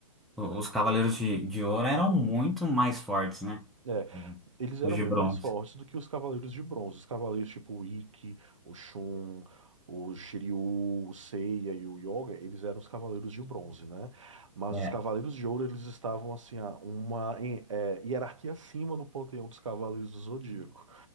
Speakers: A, in the centre; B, on the right (about 60°).
A: o- os Cavaleiros de, de Ouro eram muito mais fortes, né?
B: É,
A: É,
B: Eles eram
A: Os de
B: bem
A: bronze.
B: mais fortes do que os Cavaleiros de Bronze. Os Cavaleiros tipo o Ikki, o Shun, o Shiryu, o Seiya e o Yoga, eles eram os Cavaleiros de Bronze, né? Mas
A: É.
B: os Cavaleiros de Ouro, eles estavam assim, a uma em- é, hierarquia acima no panteão dos Cavaleiros do Zodíaco.